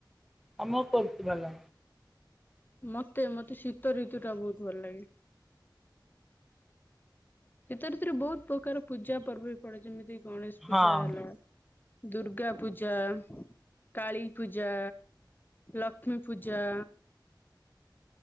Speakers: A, in the centre; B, on the left.
A: କାମ କରୁଛି ଭଲ।
B: ମତେ ମତେ ଶୀତ ଋତୁ ଟା ବହୁତ ଭଲ ଲାଗେ। ଶୀତଋତୁରେ ବହୁତ ପ୍ରକାର ପୂଜା ପର୍ବ ବି ପଡେ ଯେମିତି ଗଣେଶ
A: ହଁ
B: ପୂଜା ହେଲା। ଦୁର୍ଗା ପୂଜା କାଳୀପୂଜା ଲକ୍ଷ୍ମୀ ପୂଜା।